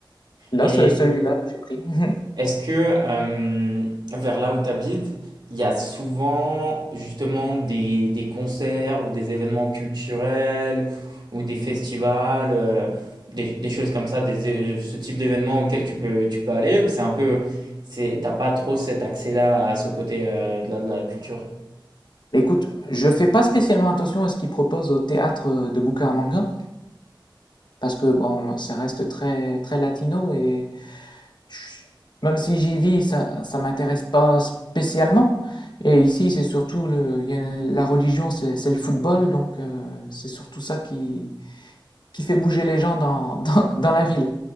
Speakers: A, on the left; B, on the right.
A: là
B: Et,
A: ce- celui-là, j'ai pris. <laughs>
B: Est-ce que euh, vers là où tu habites, il y a souvent justement des, des concerts ou des événements culturels ou des festivals, euh, des, des choses comme ça, des, é- ce type d'événements auxquels tu peux, tu peux aller ou c'est un peu, c'est, t'as pas trop cet accès-là à ce côté euh, de la, de la culture?
A: Bah, Écoute, je fais pas spécialement attention à ce qu'ils proposent au théâtre euh, de Bucaramanga, parce que bon, ça reste très très latino et je- même si j'y vis, ça ça m'intéresse pas spécialement. Et ici, c'est surtout le, il y a- la religion, c'est c'est le football, donc euh, c'est surtout ça qui qui fait bouger les gens dans, <laughs> dans, dans la ville.